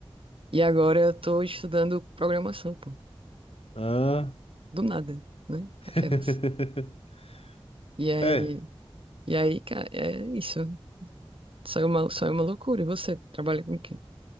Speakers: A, on the right; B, on the left.
A: e agora eu tô estudando programação, pô.
B: Ah.
A: Do nada, né?
B: <laughs>
A: Aquelas. E aí,
B: É,
A: e aí, cara, é isso. Saiu uma, saiu uma loucura. E você trabalha com quem?